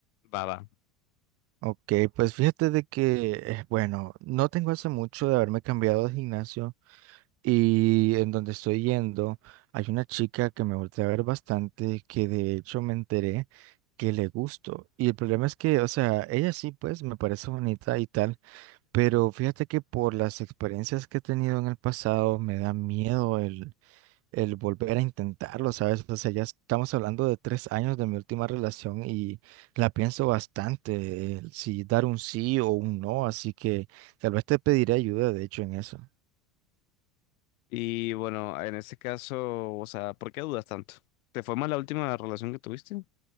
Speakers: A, on the left (about 65°); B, on the right (about 30°).
A: Va, va.
B: Ok, pues fíjate de que, eh, bueno, no tengo hace mucho de haberme cambiado de gimnasio y en donde estoy yendo hay una chica que me volteé a ver bastante que de hecho me enteré que le gusto y el problema es que, o sea, ella sí pues me parece bonita y tal. Pero fíjate que por las experiencias que he tenido en el pasado me da miedo el, el volver a intentarlo, ¿sabes? O sea, ya estamos hablando de tres años de mi última relación y la pienso bastante, el si dar un sí o un no, así que tal vez te pediré ayuda, de hecho, en eso.
A: Y bueno, en este caso, o sea, ¿por qué dudas tanto? ¿Te fue mal la última relación que tuviste?